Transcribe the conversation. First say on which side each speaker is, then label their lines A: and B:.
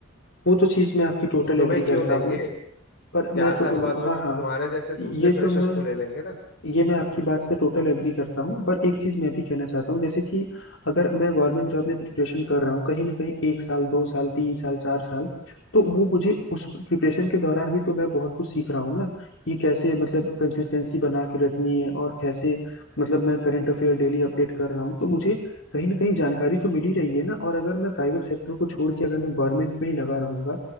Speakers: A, on the left; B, on the left.
A: वो तो चीज मैं आपकी टोटल
B: वो तुम्हें
A: एग्री
B: क्यों
A: करता
B: लेंगे
A: हूँ पर
B: चार
A: मैं तो
B: साल बाद वो
A: हाँ
B: तुम्हारे
A: हाँ
B: जैसे दूसरे
A: ये
B: फ्रेशर्स
A: तो मैं
B: को ले लेंगे ना
A: ये मैं आपकी बात से टोटल एग्री करता हूँ पर एक चीज मैं भी कहना चाहता हूँ जैसे कि अगर मैं गवर्नमेंट जॉब में प्रिपरेशन कर रहा हूँ कहीं ना कहीं एक साल दो साल तीन साल चार साल तो वो मुझे उस प्रिपरेशन के दौरान भी तो मैं बहुत कुछ सीख रहा हूँ ना कि कैसे मतलब कंसिस्टेंसी बना के रखनी है और कैसे मतलब मैं करंट अफेयर डेली अपडेट कर रहा हूँ तो मुझे कहीं ना कहीं जानकारी तो मिल ही रही है ना और अगर मैं प्राइवेट सेक्टर को छोड़ के अगर मैं गवर्नमेंट में ही लगा रहूंगा